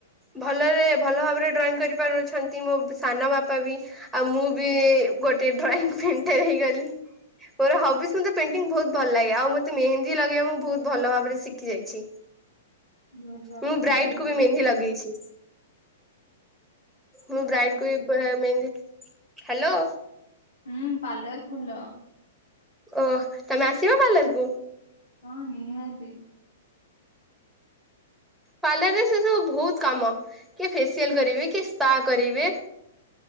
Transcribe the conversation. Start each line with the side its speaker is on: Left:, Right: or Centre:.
Centre: ଭଲରେ ଭଲ ଭାବରେ ଡ୍ରଇଂ କରିପାରୁଛନ୍ତି ମୋ ସାନ ବାପା ବି। ଆଉ ମୁଁ ବି ଗୋଟେ ଡ୍ରଇଂ ପ୍ରିଣ୍ଟ ହେଇଗଲି। ମୋର ହବିସ୍ ମତେ ପେଣ୍ଟିଙ୍ଗ ବହୁତ ଭଲ ଲାଗେ ଆଉ ମତେ ମେହେନ୍ଦୀ ଲଗେଇବା ମୁଁ ବହୁତ ଭଲ ଭାବରେ ଶିଖି ଯାଇଛି।
Left: ଭଲ
Centre: ମୁଁ ବ୍ରାଇଟ୍
Left: ବିୟୁଟି
Centre: କୁ
Left: ପାର୍ଲର
Centre: ବି ମେହେନ୍ଦୀ
Left: ଖୋଲିଦବ।
Centre: ଲଗେଇଛି ମୁଁ
Left: ପାର୍ଲର
Centre: ବ୍ରାଇଡକୁ
Left: ଖୋଲିଦବ।
Centre: ବି କୁହେ ମେହେନ୍ଦୀ ହାଲୋ।
Left: ହୁଁ ପାର୍ଲର ଖୋଲ।
Centre: ଓ ତମେ ଆସିବ ପାର୍ଲର କୁ।
Left: ହଁ ନିହାତି।
Centre: ପାର୍ଲରରେ ସେ ସବୁ ବହୁତ କାମ କିଏ ଫେସିଆଲ କରିବେ କିଏ ସ୍ପା କରିବେ।